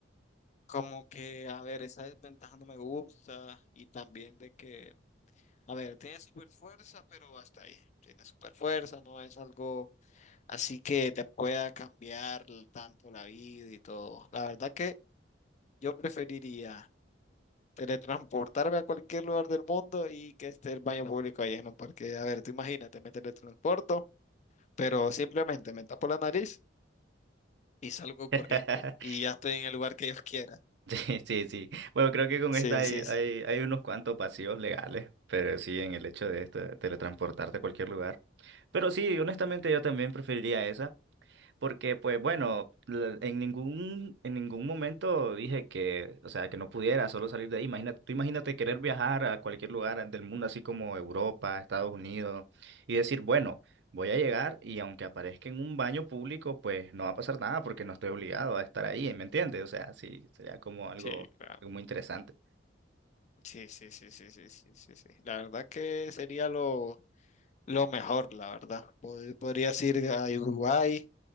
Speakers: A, on the left; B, on the right.
A: como que, a ver, esa desventaja no me gusta y también de que A ver, tiene super fuerza, pero hasta ahí. Tiene super fuerza, no es algo así que te pueda cambiar l- tanto la vida y todo. La verdad que yo preferiría teletransportarme a cualquier lugar del mundo y que esté el baño público lleno, porque, a ver, tú imagínate, me teletransporto, pero simplemente me tapo la nariz y salgo corriendo
B: <laughs>
A: y ya estoy en el lugar que yo <laughs> quiera.
B: Sí, sí, sí. Bueno, creo que con
A: Sí,
B: esta hay,
A: sí, sí.
B: hay, hay unos cuantos vacíos legales, pero sí, en el hecho de esto, de teletransportarte a cualquier lugar. Pero sí, honestamente yo también preferiría esa. Porque, pues bueno, la- en ningún, en ningún momento dije que, o sea, que no pudiera solo salir de ahí. Imagínate, tú imagínate querer viajar a cualquier lugar del mundo, así como Europa, Estados Unidos, y decir, bueno, voy a llegar y aunque aparezca en un baño público, pues no va a pasar nada porque no estoy obligado a estar ahí, ¿me entiendes? O sea, sí, sería como algo,
A: Sí, claro.
B: algo muy interesante.
A: Sí, sí, sí, sí, sí, sí, sí, sí. La verdad que sería lo, lo mejor, la verdad. Pod- Podrías ir a Uruguay